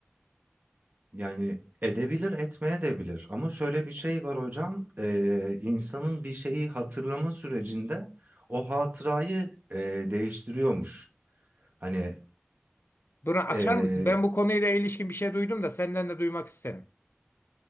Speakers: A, on the right; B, on the left.
A: Yani edebilir, etmeye de bilir. Ama şöyle bir şey var hocam, eee, insanın bir şeyi hatırlama sürecinde o hatırayı eee, değiştiriyormuş. Hani
B: Duran açar
A: eee
B: mısın? Ben bu konuyla ilişkin bir şey duydum da senden de duymak isterim.